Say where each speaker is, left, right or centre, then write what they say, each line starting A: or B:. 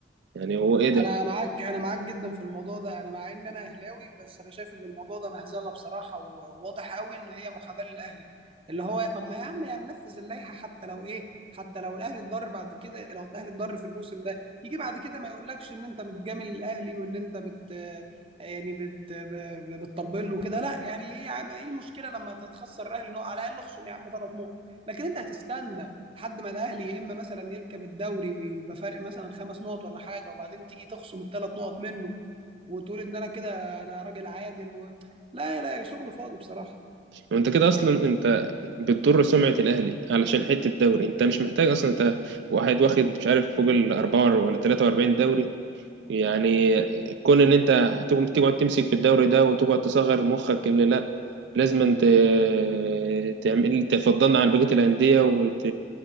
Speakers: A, on the right; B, on the right.
A: يعني هو ايه ده
B: انا معاك انا معاك جدا في الموضوع ده انا مع ان انا اهلاوي بس انا شايف ان الموضوع ده مهزله بصراحه وواضح قوي ان هي محاباه للاهلي اللي هو طب ما يا عم يعني ننفذ اللائحه حتى لو ايه حتى لو الاهلي اتضر بعد كده لو الاهلي اتضر في الموسم ده يجي بعد كده ما يقولكش ان انت بتجامل الاهلي وان انت بت يعني بت ب- بتطبل له كده لا يعني ايه يا عم، ايه المشكله لما تتخسر الاهلي نقط على الاقل اخصم يا عم ثلاث نقط لكن انت هتستنى لحد ما الاهلي يا اما مثلا يركب الدوري وي- ويبقى فارق مثلا خمس نقط ولا حاجه وبعدين تيجي تخصم الثلاث نقط منه وتقول ان انا كده انا راجل عادل و... لا لا شغل فاضي بصراحه
A: انت كده اصلا انت بتضر سمعه الاهلي علشان حته الدوري انت مش محتاج اصلا انت واحد واخد مش عارف فوق ال 4 ولا 43 دوري يعني كون ان انت هتقوم تقعد تمسك في الدوري ده وتقعد تصغر مخك ان لا لازم ت- تعمل تفضلنا عن بقية الأندية وت...